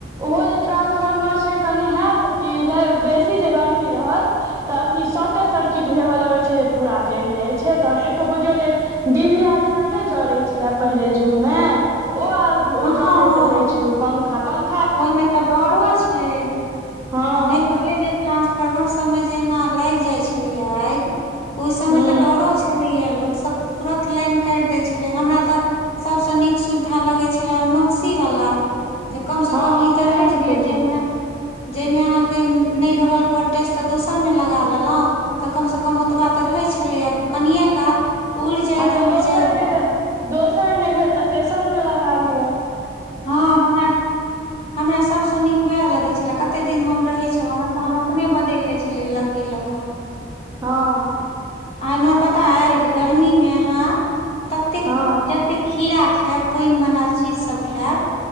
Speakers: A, on the right; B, on the left.
A: ओहो जे ट्रा्सफार्मर छै, कनि हैत कि लाए बेसी जे गर्मी रहत तऽ अथी शॉर्टे सर्किट भेबऽ लगै छै जे, पूरा जरि जाइ छै तहन एको बुझियौ जे डिबिया जेना नहि जड़ै छले, पहिले जुग मे ओ आब
B: हँ
A: उ जड़ैत
B: हँ
A: रहै छै उ पंखा-पं
B: ओहिमे तऽ डरो छै,
A: हँ
B: आ नहि पहिले जे ट्रांसफार्मर सबमे जे एना लागि जाइ छलैया आइग ओहि सबमे
A: हूँ
B: तऽ डरो छलैए लोकसब तुरत लाइन काटि दै छलै, हमरा तऽ सबसँ नीक सुविधा लगै छले ओ नोक्सी वला। कम से
A: हँ
B: कम ई
A: सएह
B: तऽ रहै
A: नीक
B: छलै
A: होइ छै
B: जयमे जहिमे अहाँके नहि रहल भोल्टेज, त दोसर मे लगा लेलऊ। तऽ कम से कम ओतबा तऽ रहै छलैयैं, कनिए काल उड़ि जाय
A: आ जँ
B: त उड़ि
A: दोसर
B: जाय
A: नहि
B: बगल
A: भेल दोसर नहि भेल त तेसरमे लगा लिय।
B: हँ हमरा-हमरा सबसँ नीक वएह लगै छले। कते दिन हम रहै छलहुं हैं, त हम अपने बदलि लै छलियै लग्गी लऽ कऽ।
A: हँ।
B: आ इम्हर पता अइछ, गर्मी मे अहाँ ततेक-जतेक
A: हँ
B: खीड़ा खैब पानि बना चीजसब खैब